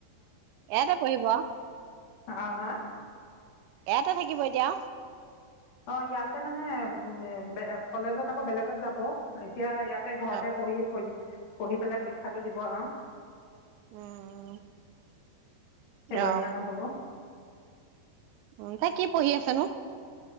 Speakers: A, on the right; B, on the left.
A: ইয়াতে পঢ়িব!
B: অ অ হা!
A: এয়াতে থাকিব এতিয়া
B: অঁ ইয়াতে মানে উ কলেজত আকৌ বেলেগত যাব এতিয়া ইয়াত এই ঘৰতে
A: অ
B: পঢ়ি পঢ়ি পঢ়ি পেলাই পৰীক্ষাটো দিব আৰু
A: উম
B: ফেব্ৰুৱাৰী
A: অ
B: মানত হ'ব
A: <unintelligible> পঢ়ি আছা ন?